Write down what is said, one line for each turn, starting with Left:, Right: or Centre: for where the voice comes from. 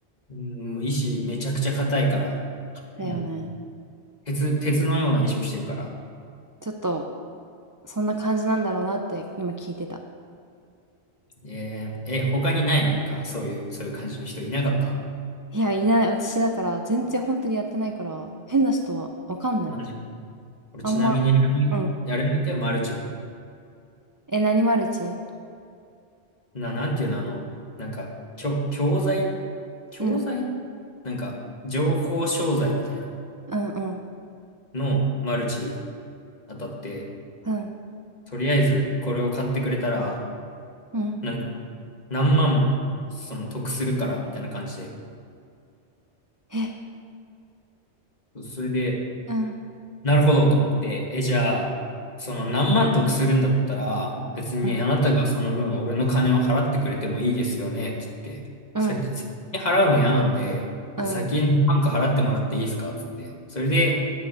Left: うん、もう意志めちゃくちゃ硬いから、
Right: だよね。
Left: もう鉄、鉄のような意志をしてるから。
Right: ちょっと、そんな感じなんだろうなって今聞いてた。
Left: えー、え、他にないのなんかそういう、そういう感じの人いなかった
Right: いや、いない。私だから、全然本当にやってないから、変な人はわかんない。
Left: マジ。俺ちなみにあれもい、
Right: あんま、うん。
Left: あれもいたよ、マルチも。
Right: え、何マルチ
Left: な、なんていうの、あの、なんか、教、教材、教材
Right: うん。
Left: なんか、情報商材みたいな
Right: うん、うん、
Left: の、マルチ当たって、
Right: うん、
Left: とりあえずこれを買ってくれたら、
Right: うん。
Left: なんか、何万、その得するから、みたいな感じで。
Right: え、
Left: それで、
Right: うん、
Left: なるほどと思って、え、じゃあ、その何万得するんだったら、別にあなたがその分俺の金を払ってくれてもいいですよね、
Right: うん、
Left: って言って、
Right: うん、
Left: 先、先に払うの嫌なんで、
Right: うん、
Left: じゃあ先に何万か払ってもらっていいですか、って言って。それで、